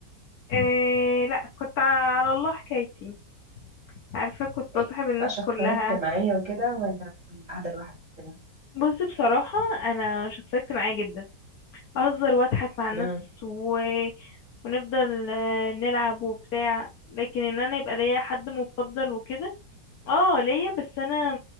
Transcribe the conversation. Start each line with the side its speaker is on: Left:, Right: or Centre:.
Left: آه لا كنت على الله حكايتي عارفة كنت
Right: إيه،
Left: بصاحب
Right: كنت
Left: الناس
Right: بقى شخصية
Left: كلها
Right: اجتماعية وكده ولا قاعدة لوحدي كده
Left: بص بصراحة أنا شخصية اجتماعية جدا اهزر واضحك مع الناس
Right: امم
Left: و... ونفضل آه، نلعب وبتاع لكن ان انا يبقى ليا حد مفضل وكده اه ليا بس انا